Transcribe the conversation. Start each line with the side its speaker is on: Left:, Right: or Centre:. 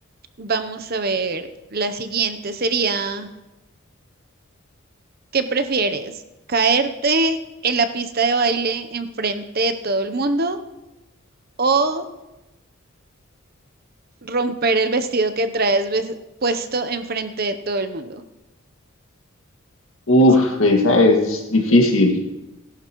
Right: vamos a ver, la siguiente sería, ¿qué prefieres? ¿Caerte en la pista de baile enfrente de todo el mundo o romper el vestido que traes ves- puesto enfrente de todo el mundo.
Left: Uf,
Right: <laughs>
Left: esa es difícil,